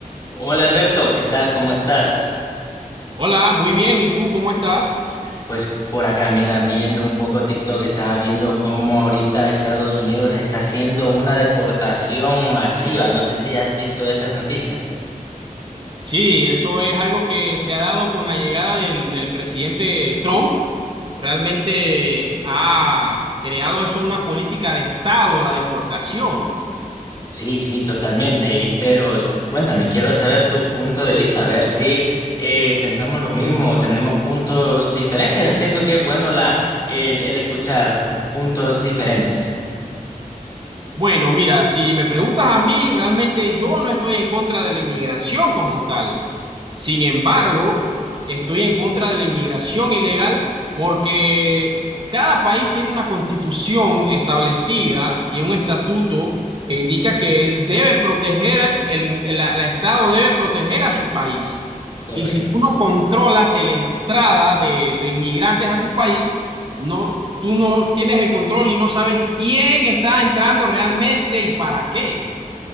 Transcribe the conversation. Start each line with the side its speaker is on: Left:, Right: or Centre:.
Left: Hola Alberto, ¿qué tal? ¿Cómo estás?
Right: Hola, muy bien. ¿Y tú cómo estás?
Left: Pues por acá, mira, viendo un poco TikTok, estaba viendo cómo ahorita Estados Unidos está haciendo una deportación masiva. No sé si has visto esas noticias.
Right: Sí, eso es algo que se ha dado con la llegada del, del presidente Trump. Realmente ha creado eso una política de Estado, la deportación.
Left: Sí, sí, totalmente. y- Pero cuéntame, quiero saber tu punto de vista, a ver si eh, pensamos lo mismo o tenemos puntos diferentes. Siento que es bueno la, el, el escuchar puntos diferentes.
Right: Bueno, mira, si me preguntas a mí, realmente yo no estoy en contra de la inmigración como tal. Sin embargo, estoy en contra de la inmigración ilegal porque cada país tiene una constitución establecida y un estatuto que indica que él debe proteger, el, el- la- la Estado debe proteger a su país.
Left: Correcto.
Right: Y si tú no controlas la entrada de, de inmigrantes a tu país, no, Tú no tienes el control y no sabes quién está entrando realmente y para qué.